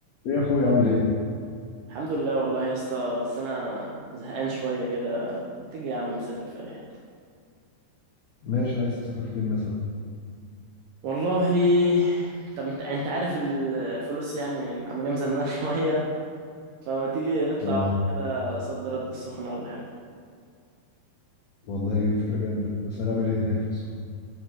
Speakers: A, on the left (about 80°); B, on the right (about 75°).
A: ايه يا اخويا عامل ايه
B: الحمد لله والله يا اسطى بس انا زهقان شويه كده ما تيجي يا عم نسافر في اي حته
A: ماشي عايز تسافر فين مثلا
B: والله طب انت انت عارف الفلوس يعني عمالين مزنقه <laughs> شويه فما تيجي نطلع
A: اه
B: واحده كده صد رد السخنه ولا حاجه
A: والله فكرة جامدة بس هنعمل ايه هناك في السخنة